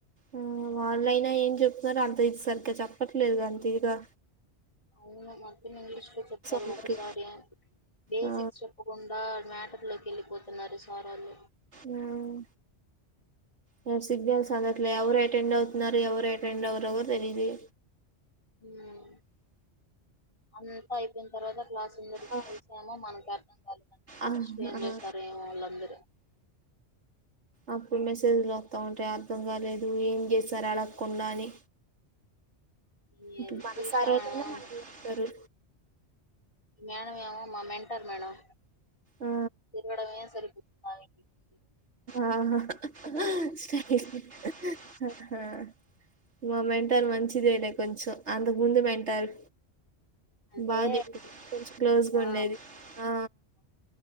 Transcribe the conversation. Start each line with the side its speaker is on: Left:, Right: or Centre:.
Right: ఆ వాళ్ళైనా ఏం చెప్ తారు అంత ఇక సరిగా చెప్పట్లేదు అంత ఇగా
Left: అవును మొత్తం ఇంగ్లీష్ లో చెప్తారు
Right: అందట్లే
Left: ఒకసారి బేసిక్స్
Right: ఆ
Left: చెప్పకుండా మ్యాటర్ లోకి వెళ్ళిపోతున్నారు సార్ వోళ్ళు
Right: ఉమ్ నాక్ సిగనల్స్ అందట్లే ఎవరు అటెండ్ అవుతున్నారు ఎవరు అటెండ్ ఎవురోవరు తెలీలే
Left: ఉమ్ అంతా అయిపోయిన తర్వాత క్లాస్ అందరికి
Right: ఆ
Left: కలిసేమో మనకి అర్థం కాలేదంట
Right: ఆ ఆ
Left: ఫస్ట్ ఏం చేస్తారో ఏమో వాళ్ళందరూ
Right: అప్పుడు మెసేజ్లు వస్తా ఉంటాయి అర్థం కాలేదు ఏం చేసారు అడగకుండా అని
Left: ఈ
Right: ఇక మన
Left: శిరీష
Right: సారోల్లే
Left: మేడం
Right: మనక్ ఇస్తారు
Left: మేడం మేమో మా మెంటర్ మేడం
Right: ఆ
Left: తిరగడమే సరిపోతాది
Right: ఆహా <unintelligible> ఆ మా మెంటారు మంచిదే లే కొంచెం అంతకు ముందు మెంటార్
Left: అంటే
Right: బా కొంచెం క్లోజ్గా
Left: ఆ
Right: ఉండేది ఆ